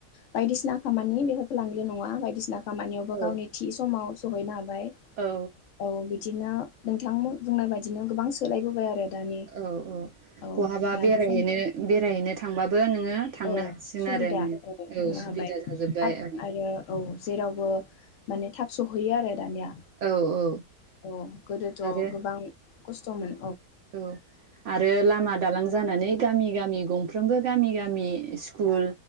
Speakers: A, on the left; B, on the right.
A: बायदिसि खामानि बेफोरखौ <unintelligible> नङा बायदिसिना खामानियावबो
B: औ
A: गावनि थि समाव <unintelligible> बाय
B: औ
A: औ बिदिनो नोंथां बुंनाय बायदिनो गोबां सोलायबोबाय आरो। दानि
B: औ औ
A: औ
B: बहाबा
A: दानि
B: बेरायहैनो
A: सम
B: बेरायहैनो थांबा बो नोङो थांनो
A: औ
B: हासिगोन
A: सुबिदा
B: आरो औ
A: थांनो
B: सुबिदा
A: हाबाय
B: जाजोबबाय
A: थाब
B: औ।
A: आरो औ जेरावबो माने थाब सहैयो आरो दानिया।
B: औ औ
A: औ गोदोथ'
B: आरो
A: गोबां खस्थ'मोन
B: उम औ आरो लामा दालां जानानै गामि गामि गंफ्रोमबो गामि गामि स्कुल